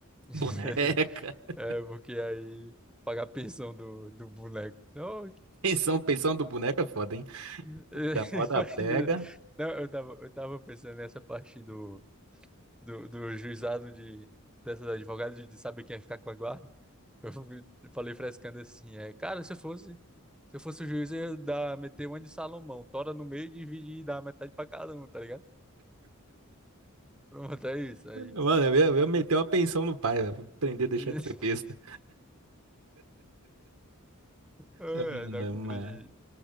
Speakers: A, in the centre; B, on the right.
A: <laughs>
B: Boneca. <laughs>
A: É, porque aí pagar a pensão do, do boneco. Não,
B: Pensão, pensão do boneco é foda, hein?
A: <laughs>
B: O da moda
A: mas,
B: pega.
A: eh, não, eu tava, eu tava pensando nessa parte do do, do juizado de, dessa da advogada de, de saber quem ia ficar com a guarda. <laughs> Eu fui- falei frescando assim, é, cara, se eu fosse, se eu fosse o juiz, eu ia dar, meter uma de Salomão, tora no meio, dividir e dar metade pra cada um, tá ligado? Pronto, é isso. Aí,
B: Mano, eu ia, eu ia meter uma pensão no pai, velho. pra Aprender a deixar
A: <laughs>
B: de ser besta.
A: é,
B: Ah, mano.
A: dar comida de,